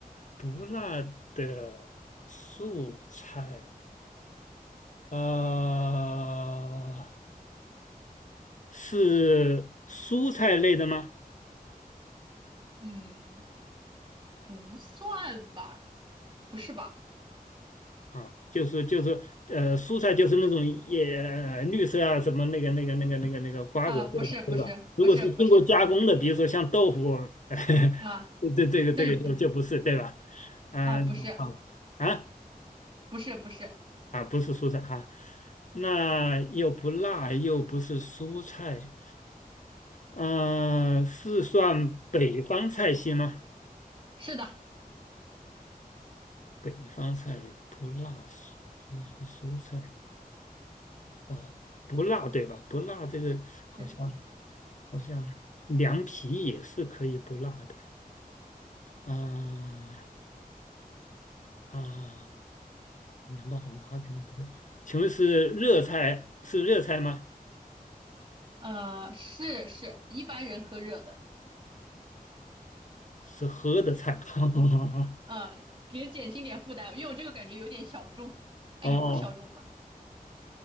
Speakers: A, on the left (about 55°); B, on the right (about 35°).
A: 不辣的素菜啊。是蔬菜类的吗？
B: 嗯，不算吧，不是吧？
A: 啊，就是就是呃，蔬菜就是那种也绿色啊，什么那个那个那个那个那个瓜果做的，
B: 啊，不是，不是，
A: 对吧？如果是经过加工的，
B: 不是，不是，不是，
A: 比如说像豆腐，<laughs>
B: 啊，
A: 这这个这个就就不是，
B: 那就不，
A: 对吧？嗯，
B: 啊，不是，
A: 好啊
B: 不是，不是，
A: 啊，不是蔬菜哈、啊那又不辣，又不是蔬菜，嗯、是算北方菜系吗？
B: 是的，
A: 北方菜不辣，是是蔬菜。呃，不辣对吧？不辣这个好像
B: 对，
A: 好像凉皮也是可以不辣的啊啊，凉拌黄瓜肯定不是。请问是热菜是热菜吗？
B: 呃，是是，一般人喝热的，
A: 是喝的菜？<laughs>
B: 呃，给减轻点负担，因为我这个感觉有点小众，哎，
A: 哦，
B: 也不小众吧。